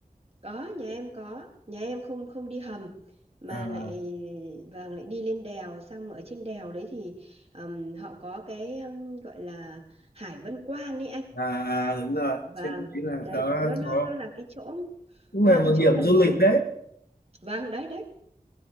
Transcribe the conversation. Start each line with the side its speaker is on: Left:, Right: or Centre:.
Right: có nhà em có nhà em không không đi hầm mà
Left: à,
Right: lại vâng lại đi lên đèo xong ở trên đèo đấy thì ừm, họ có cái ừm, gọi là Hải Vân Quan ấy anh
Left: à, à đúng rồi
Right: vâng
Left: trên đấy là
Right: đấy
Left: có
Right: nó nó
Left: có
Right: nó là cái chỗ
Left: cũng
Right: nó
Left: là
Right: là
Left: một
Right: cái chỗ
Left: điểm
Right: mà
Left: du
Right: nối
Left: lịch đấy
Right: vâng đấy đấy